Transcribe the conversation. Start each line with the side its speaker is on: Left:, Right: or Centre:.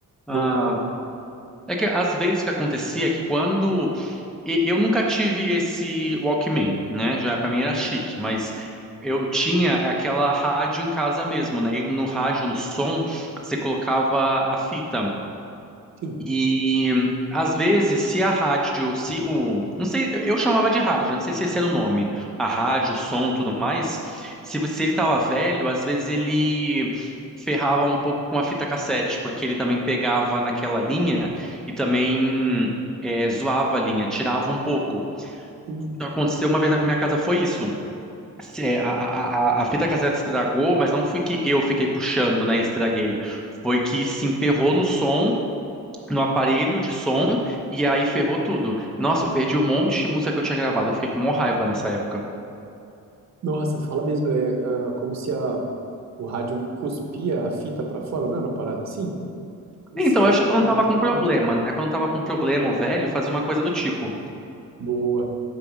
Centre: Ah,
Right: Mancada.
Centre: é que às vezes o que acontecia é que quando e- eu nunca tive esse Walkman, né? Já para mim era chique, mas eu tinha aquela rádio em casa mesmo, né? E no rádio, no som, você colocava a fita.
Right: Sim,
Centre: E às vezes, se a rádio, se o, não sei, eu eu chamava de rádio, não sei se esse era o nome, a rádio, o som, tudo mais. Se, você- se ele estava velho, às vezes ele ferrava um pouco com a fita cassete, porque ele também pegava naquela linha e também eh, zoava a linha, tirava um pouco.
Right: sim.
Centre: Então aconteceu uma vez na minha casa foi isso. Se- eh, a, a, a a fita cassete estragou, mas não foi que eu fiquei puxando, né, e estraguei. Foi que se emperrou no som no aparelho de som e aí ferrou tudo. Nossa, eu perdi um monte de música que eu tinha gravado, eu fiquei com uma raiva nessa época.
Right: Nossa, fala mesmo, é, ah, como se a, o rádio cuspia a fita pra fora, não era uma parada assim? E
Centre: Então,
Right: saía
Centre: eu acho que quando
Right: tudo
Centre: tava
Right: desembolado.
Centre: com problema, né? Quando tava com problema, o velho fazia uma coisa do tipo.
Right: Boa.